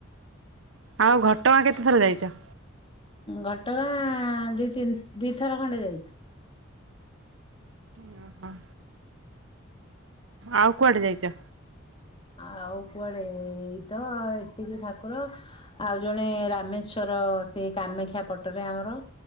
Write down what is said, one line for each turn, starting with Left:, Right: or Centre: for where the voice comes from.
Right: ଆଉ ଘଟଗାଁ କେତେ ଥର ଯାଇଛ।
Left: ଘଟଗାଁ ଦି, ତିନି ଦିଥର ଖଣ୍ଡେ ଯାଇଛି।
Right: ଅ ହଁ। ଆଉ କୁଆଡେ ଯାଇଛ।
Left: ଆଉ କୁଆଡେ ଏଇ ତ ଏତିକି ଠାକୁର। ଆଉ ଜଣେ ରାମେଶ୍ଵର ସେ କାମେକ୍ଷ୍ୟା ପଟରେ ଆମର।